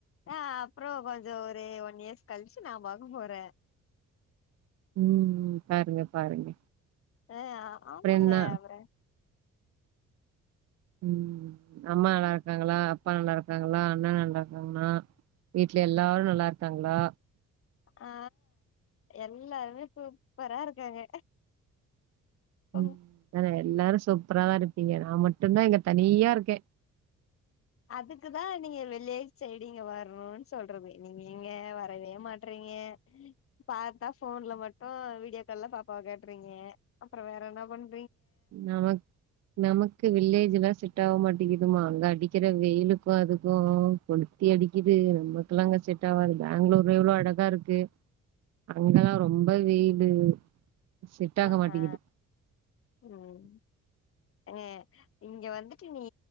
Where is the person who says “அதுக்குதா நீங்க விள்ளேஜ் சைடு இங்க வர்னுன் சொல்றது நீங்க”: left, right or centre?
Left